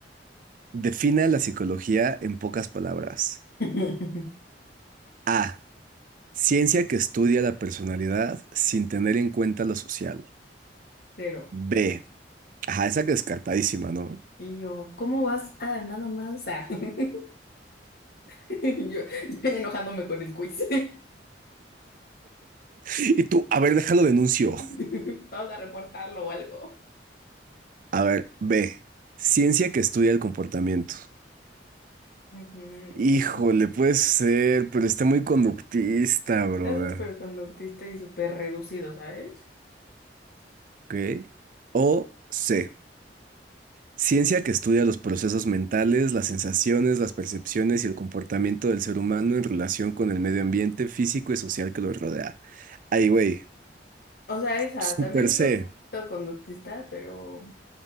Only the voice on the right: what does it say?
Defina la psicología en pocas palabras.
A. Ciencia que estudia la personalidad sin tener en cuenta lo social.
B. Ajá, esa que descartadísima, ¿no?
Y tú, a ver, déjalo denuncio.
A ver, B. Ciencia que estudia el comportamiento.
Híjole, puede ser, pero está muy conductista, brother.
¿Ok? O C. Ciencia que estudia los procesos mentales, las sensaciones, las percepciones y el comportamiento del ser humano en relación con el medio ambiente físico y social que lo rodea. Ay, güey,
super
C.